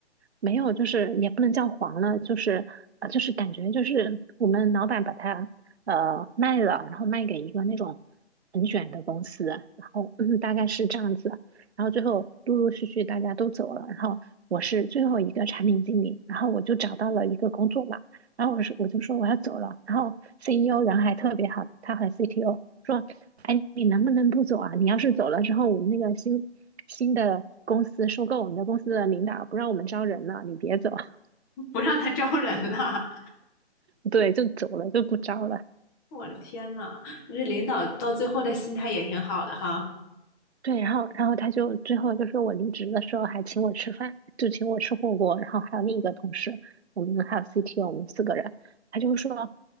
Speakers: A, on the right (about 65°); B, on the left (about 15°).
A: 没有，就是也不能叫黄了，就是呃，就是感觉就是我们老板把它呃卖了，然后卖给一个那种很卷的公司，然后嗯大概是这样子，然后最后陆陆续续大家都走了，然后我是最后一个产品经理，然后我就找到了一个工作嘛，然后我说我就说我要走了，然后 CEO 人还特别好，他和 CTO 说，哎，你能不能不走啊？你要是走了之后，我们那个新新的公司收购我们的公司的领导不让我们招人了，你别走。<laughs>
B: 不让他招人了。
A: 对，就走了，就不招了。
B: 我的天呐，这领导到最后的心态也挺好的哈，
A: 对，然后然后他就最后就说我离职的时候还请我吃饭，就请我吃火锅，然后还有另一个同事，我们还有 CTO，我们四个人，他就说